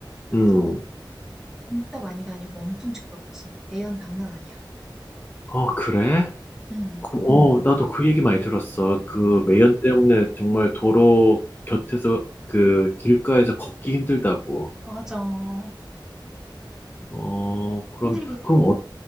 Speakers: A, in the centre; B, on the left.
A: 그래서
B: 음,
A: 진짜 많이 다니고 엄청 시끄럽지. 매연 장난 아니야.
B: 어, 그래?
A: 응,
B: 그- 어, 나도 그 얘기 많이 들었어. 그
A: 어,
B: 매연 때문에 정말 도로 곁에서 그 길가에서 걷기 힘들다고.
A: 맞아.
B: 어, 그럼,
A: 힘들긴 해.
B: 그럼 어-